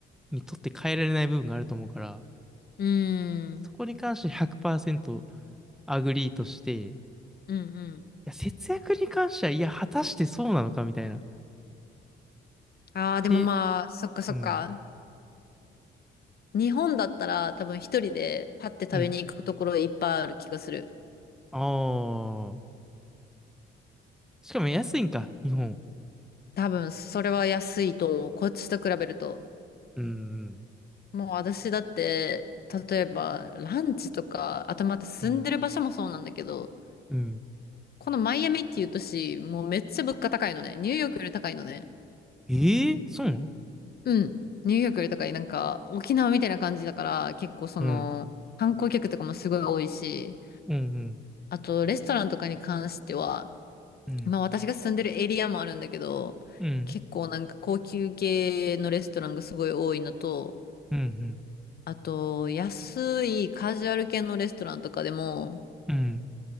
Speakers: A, in the centre; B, on the left.
A: にとって変えられない部分があると思うから、
B: うん。
A: そこに関して100%アグリーとして、い
B: うん。
A: や、節約に関しては、いや、果たしてそうなのかみたいな。っ
B: ああー、でもまあ、
A: て、
B: そっかそっか。
A: うん、
B: 日本だったら多分一人でパッて食べに行くところいっぱいある気がする。
A: うん。ああ。しかも安いんか、日本。
B: 多分、それは安いと思う。こっちと比べると。
A: うん、うん、
B: もう私だって、例えばランチとか、あとまた住んでる場所もそうなんだけど、
A: うん。うん
B: このマイアミっていう都市、もうめっちゃ物価高いのね。ニューヨークより高いのね。
A: ええー、そうなの
B: うん。ニューヨークより高い。なんか沖縄みたいな感じだから、結構その観光客とかもすごい多いし、
A: うん、うん、
B: あとレストランとかに関しては、
A: うん、
B: まあ私が住んでるエリアもあるんだけど、
A: うん、うん、
B: 結構なんか高級系のレストランがすごい多いのと、
A: うん、
B: あと安いカジュアル系のレストランとかでも、
A: うん。